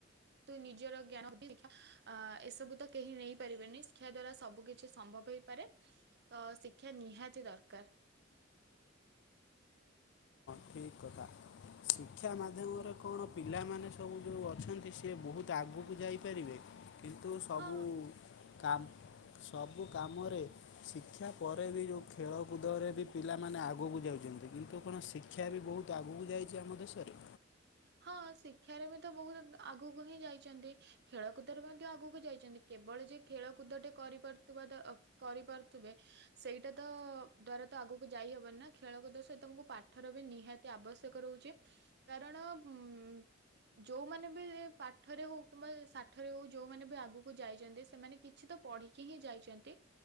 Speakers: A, on the right; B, on the left.
A: ତୁ ନିଜର ଜ୍ଞାନ ଶ୍ଷା ଏସବୁ ତ କେହି ନେଇପାରିବେନି ଶିକ୍ଷା ଦ୍ଵାରା ସବୁ କିଛି ସମ୍ଭବ ହେଇପାରେ। ତ ଶିକ୍ଷା ନିହାତି ଦରକାର।
B: ଠିକ କଥା ଶିକ୍ଷା ମାଧ୍ୟମରେ କଣ ପିଲାମାନେ ସବୁ ଯୋଉ ଅଛନ୍ତି ସି ବହୁତ ଆଗକୁ ଯାଇପାରିବେ। କିନ୍ତୁ ସବୁ
A: ହଁ
B: କାମ ସବୁ କାମରେ ଶିକ୍ଷା ପରେ ବି ଯେଉଁ ଖେଳକୁଦରେ ବି ପିଲାମାନେ ଆଗକୁ ଯାଉଛନ୍ତି କିନ୍ତୁ କଣ ଶିକ ଶିକ୍ଷା ବି ବହୁତ ଆଗକୁ ଯାଇଛି ଆମ ଦେଶରେ।
A: ହଁ ଶିକ୍ଷାରେ ବି ତ ବହୁତ ଆଗକୁ ହିଁ ଯାଇଛନ୍ତି, ଖେଳକୁଦରେ ମଧ୍ୟ ଆଗକୁ ଯାଇଛନ୍ତି, କେବଳ ଯେ ଖେଳକୁଦଟେ କରିପାରୁଥିବା ତ କରିପାରୁଥିବେ ସେଇଟା ତ ଦ୍ଵାରା ତ ଆଗକୁ ଯାଇହବନି ନା ଖେଳକୁଦ ସହିତମକୁ ପାଠର ବି ନିହାତି ଆବଶ୍ୟକ ରହୁଛି। କାରଣ ଉ ଯେଉଁମାନେ ବି ପାଠରେ ହଉ କିମ୍ବା ସାଠରେ ହଉ ଯେଉମାନେ ବି ଆଗକୁ ଯାଇଛନ୍ତି ସେମାନେ କିଛି ତ ପଢ଼ିକି ହିଁ ଯାଇଛନ୍ତି।